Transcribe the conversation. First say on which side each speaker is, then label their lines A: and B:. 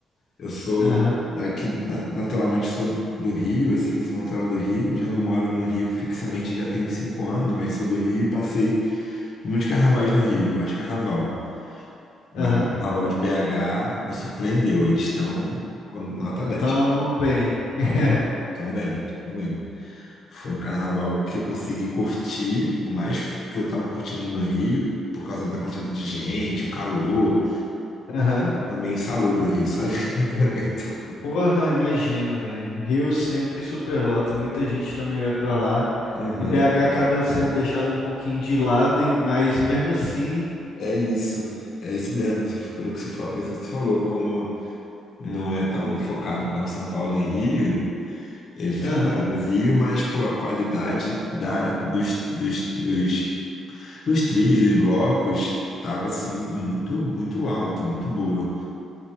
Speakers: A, on the left (about 55°); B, on the left (about 85°).
A: Eu sou
B: Aham,
A: daqui, na- naturalmente sou do Rio, assim, sou natural do Rio. Já não moro no Rio fixamente, já tenho cinco anos, mas sou do Rio e passei muitos carnavais no Rio. Gosto de carnaval. Mas
B: aham.
A: o carnaval de BH me surpreendeu. Eles estão com nota
B: Então,
A: 10,
B: bem. <laughs>
A: tão bem, tão bem, tão bem. Foi o carnaval que eu consegui curtir mais do que eu estava curtindo no Rio. Por causa da quantidade de gente, o calor,
B: Aham.
A: É meio insalubre o Rio, sabe? <laughs>
B: Porra, imagino, velho. Rio sempre superlota, muita gente também vai pra lá.
A: Aham.
B: E BH acaba sendo deixado um pouquinho de lado, e- mas mesmo assim.
A: É isso. É isso mesmo. Pelo que você falou, isso que você falou, como não é tão focado quanto São Paulo e Rio, ele fica
B: Aham.
A: no Brasil, mas pô, a qualidade da, dos, dos, dos, dos trios, dos blocos, tava assim, muito, muito alta, muito boa.